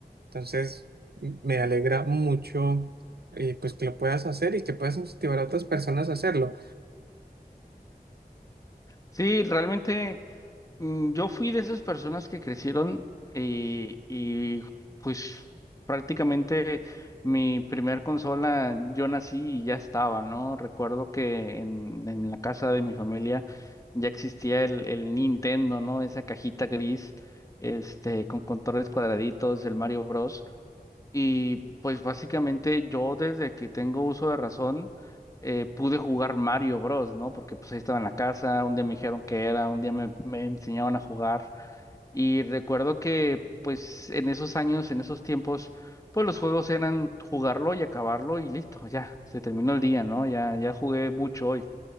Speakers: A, on the right (about 80°); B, on the left (about 20°).
A: Entonces, m- me alegra mucho eh, pues que lo puedas hacer y que puedas incentivar a otras personas a hacerlo.
B: Sí, realmente Mm, Yo fui de esas personas que crecieron eh, y pues prácticamente mi primer consola yo nací y ya estaba, ¿no? Recuerdo que en, en la casa de mi familia ya existía el, el Nintendo, ¿no? Esa cajita gris, este, con controles cuadraditos, el Mario Bros. Y pues básicamente yo desde que tengo uso de razón eh, pude jugar Mario Bros, ¿no? Porque pues ahí estaba en la casa, un día me dijeron que era, un día me, me enseñaban a jugar. Y recuerdo que pues en esos años, en esos tiempos, pues los juegos eran jugarlo y acabarlo y listo, ya, se terminó el día, ¿no? Ya, ya jugué mucho hoy.